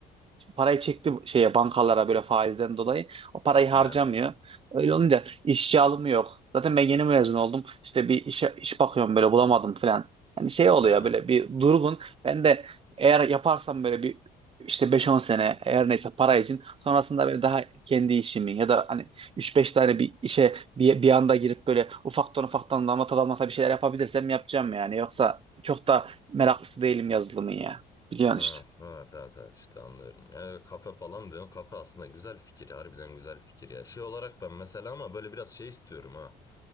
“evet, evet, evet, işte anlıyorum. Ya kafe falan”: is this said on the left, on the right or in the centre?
Left